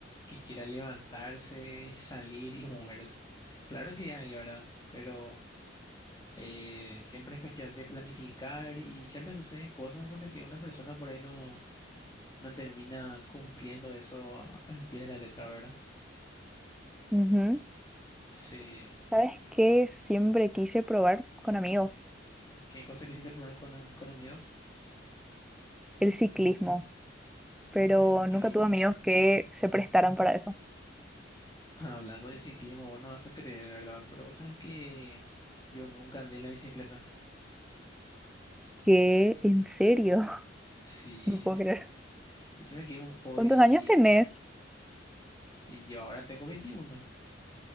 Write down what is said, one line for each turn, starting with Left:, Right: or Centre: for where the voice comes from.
Left: que quiera levantarse, salir y moverse. Claro que hay, ¿verdad? Pero eh, siempre es cuestión de planificar y siempre suceden cosas por las que una persona por ahí no, no termina cumpliendo eso a- al pie de la letra, ¿verdad?
Centre: Ujú.
Left: Sí.
Centre: ¿Sabes qué? Siempre quise probar con amigos
Left: ¿Qué cosa quisiste probar con, am- con amigos?
Centre: el ciclismo, pero
Left: Ciclismo.
Centre: nunca tuve amigos que se prestaran para eso.
Left: <laughs> Hablando de ciclismo, vos no vas a creer, ¿verdad? Pero vos sabes que yo nunca andé en la bicicleta.
Centre: ¿Qué? ¿En serio? <laughs>
Left: Sí,
Centre: No puedo
Left: sí,
Centre: creer.
Left: sí. Decime que es un hobby
Centre: ¿Cuántos años tenés
Left: y yo ahora tengo 21.